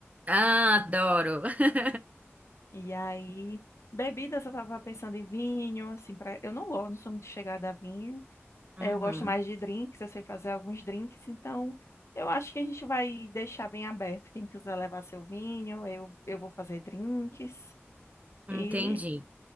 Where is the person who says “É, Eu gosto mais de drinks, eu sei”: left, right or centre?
Left